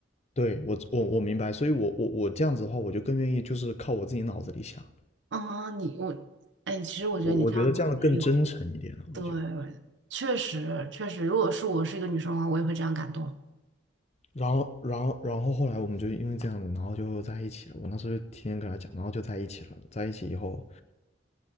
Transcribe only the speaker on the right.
啊，你我，哎，其实我觉得你这样挺有，
对，
确实确实，如果是我是一个女生的话，我也会这样感动。